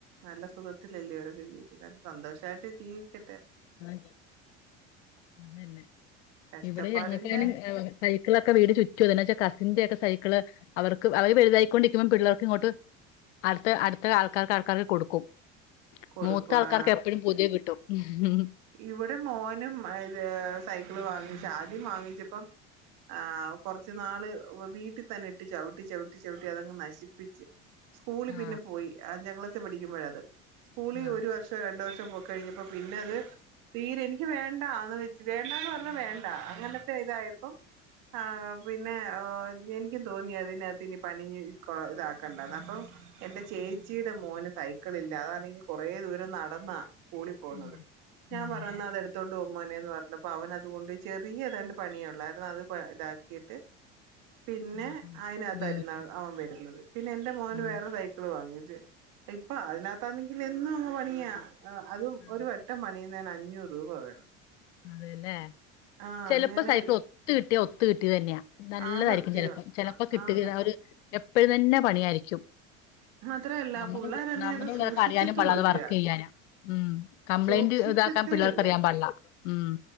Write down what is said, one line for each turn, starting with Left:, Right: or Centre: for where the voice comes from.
Right: നല്ല സുഖത്തിലല്ലേവരൊക്കെ ജീവിക്കുന്ന സന്തോഷായിട്ട് ജീവിക്ക
Left: ആ അതന്നെ
Right: കഷ്ടപ്പാടിന്റെ
Left: ഇവിടെ ഞങ്ങൾക്കും സൈക്കിളൊക്കെ വീട് ചുറ്റുവ എന്ന വച്ചാ കസിന്റെറെ ഒക്കെ സൈക്കിള് അവർക്ക് അവര് വലുതായിക്കൊണ്ടിരിക്കുമ്പം പിള്ളേർക്ക് ഇങ്ങോട്ട് അടുത്ത അടുത്ത ആൾക്കാർക്ക് ആൾക്കാർക്ക് കൊടുക്കും
Right: കൊടുക്വാ
Left: മൂത്ത ആൾക്കാർക്ക് എപ്പഴും പുതിയ കിട്ടും ഉം ഉം
Right: ഇവിടെ മോനും ഇത് സൈക്കിള് വാങ്ങിച്ച ആദ്യം വാങ്ങിച്ചപ്പം ആ കുറച്ചു നാള് വീട്ടിൽ തന്നെ ഇട്ട് ചവിട്ടി ചവിട്ടി ചവിട്ടി അതങ്ങ് നശിപ്പിച്ച് സ്കൂളി
Left: ആ
Right: പിന്നെ പോയി ആ ഞങ്ങള് <unintelligible> പഠിക്കുമ്പോഴത് സ്കൂളിൽ
Left: ആ
Right: ഒരു വർഷം രണ്ടു വർ <unintelligible> പോക്ക് കഴിഞ്ഞപ്പം പിന്നെ അത് തീരെ എനിക്ക് വേണ്ട <unintelligible> വെച്ച് വേണ്ടാന്ന് പറഞ്ഞാ വേണ്ട അങ്ങനത്തെ ഇതായപ്പം ആ പിന്നെ എനിക്കും തോന്നി അതിനാത്ത് ഇനി പണിഞ്ഞ് കൊ ഇതാക്കണ്ട അപ്പൊ എന്റെ ചേ ച്ചിയുടെ മോന് സൈക്കിള് ഇല്ല അതാണെങ്കി കൊറെ ദൂരം നടന്നാ സ്കൂളി പോവുന്നത്
Left: ഉം
Right: ഞാൻ
Left: ഉം
Right: പറയുന്ന അതെട് ത്തൊണ്ട് പോ മോനെ ന്ന് പറഞ്ഞപ്പൊ അവൻ അതുകൊണ്ടയി ചെറിയതാണ്ട് പണിയൊള്ളാരുന്നു അത് പ്പൊ ഇതാക്കിയിട്ട് പിന്നെ
Left: ഞാകൊണ്ട്
Right: അതിനകത്തായിരുന്ന
Left: ഉപയോഗിച്ചു
Right: അവൻ വരുന്നത് പിന്നെ എന്റെ മോന്
Left: ആഹ്
Right: വേറെ സൈക്കിള് വാങ്ങി ഇപ്പൊ അതിനകത്താന്നെങ്കിൽ എന്നും അങ്ങ് പണിയാ ആ അതും
Left: ആഹ്
Right: ഒരു വട്ടം പണി യാൻ അഞ്ഞൂറ് രൂപ വേണം
Left: അതേല്ലേ
Right: ആഹ്
Left: ചെലപ്പ
Right: അങ്ങനെ
Left: സൈക്കിൾ ഒത്ത് കിട്ടിയാ ഒത്ത് കിട്ടിയത് തന്നെയാ നല്ലതായിരിക്കും
Right: ആ സത്യവാ
Left: ചെലപ്പം ചെലപ്പോ കിട്ടുക
Right: ആന്ന്
Left: ആ ഒര് എപ്പഴും തന്നെ പണിയായിരിക്കും
Right: മാത്രല്ല
Left: നമ്മ
Right: പുള്ളേരന്നെ
Left: നമ്മുടെ
Right: അത്
Left: പിള്ളേർക്ക്
Right: സൂക്ഷിക്കത്തും
Left: അറിയാനും പാടിള്ള അത്
Right: ഇല്ല
Left: വർക്ക് ചെയ്യാന് കംപ്ലൈന്റ്
Right: സൂക്ഷിക്കത്തേ
Left: ഇതാക്കാൻ പിള്ളേർക്ക്
Right: ഇല്ല
Left: അറിയാൻ പാടിള്ള ഉം